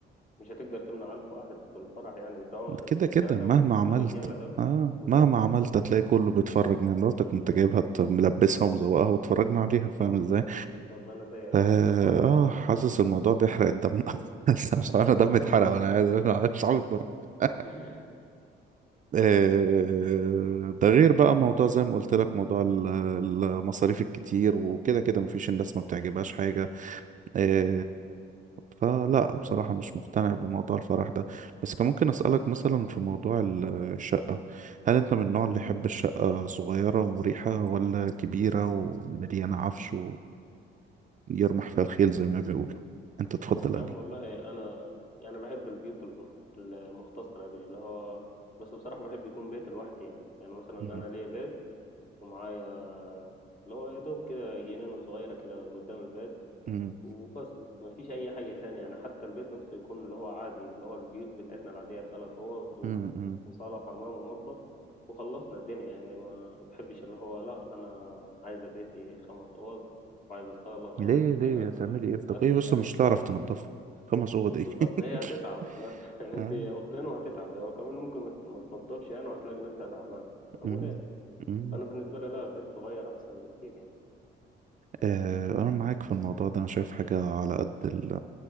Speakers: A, on the left; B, on the right.
A: مش هتقدر تمنع ألف واحد في الفرح يعني سواء
B: كده
A: ستات
B: كده مهما
A: أو رجالة
B: عملت
A: ده
B: اه
A: بالظبط
B: مهما عملت
A: اه
B: هتلاقي كله بيتفرج ما هي مراتك ما انت جايبها ت- ملبسها ومزوقها وتفرجنا عليها فاهم ازاي
A: بالظبط أنا زيك
B: اه
A: أنا في الحوار ده
B: آه،
A: لا
B: حاسس الموضوع بيحرق الدم <laughs> بس مش عارف دم
A: على
B: اتحرق
A: طول والله
B: ولا عايز مش عارف اتفرج. <laughs>
A: <laughs>
B: آه، ده غير بقى موضوع زي ما قلت لك موضوع ال- المصاريف الكتير وكده كده مفيش الناس ما بتعجبهاش حاجة إيه فلا بصراحة مش مقتنع بموضوع الفرح ده بس كان ممكن أسألك مثلا في موضوع ال- الشقة هل أنت من النوع اللي يحب الشقة صغيرة ومريحة ولا كبيرة ومليانة عفش ويرمح فيها الخيل زي ما بيقولوا أنت تفضل
A: يا
B: أنهي
A: عم والله انا يعني بحب البيوت المخ- المختصره دي اللي هو بس بصراحه بحب يكون بيت لوحدي يعني يعني مثلا انا
B: مم.
A: ليا بيت ومعايا اللي هو يا دوب كده جنينه صغيره كده قدام البيت
B: مم.
A: وبس ما فيش اي حاجه تانية يعني حتى البيت نفسه يكون اللي هو عادي اللي هو البيوت بتاعتنا العاديه ثلاث اوض
B: مم. مم.
A: وصاله وحمام ومطبخ وخلصنا الدنيا يعني ما بحبش اللي هو لا انا عايزه بيتي خمس اوض وعايزه صاله
B: ليه
A: من
B: ليه
A: هنا ل-
B: هتعملي إيه في دقيقة
A: لاخر الشارع
B: بس مش هتعرف تنضفه خمس أوض إيه
A: بالظبط هي
B: <laughs>
A: هتتعب <laughs> لا يعني انت
B: آه.
A: اوضتين وهتتعب هو كمان ممكن ما ت- ما تنضفش يعني وهتلاقي نفسها تعبانه طب
B: مم.
A: وليه
B: مم.
A: انا بالنسبه لي لا بيت صغير احسن بكتير يعني
B: آه، أنا معاك في الموضوع ده أنا شايف حاجة على قد ال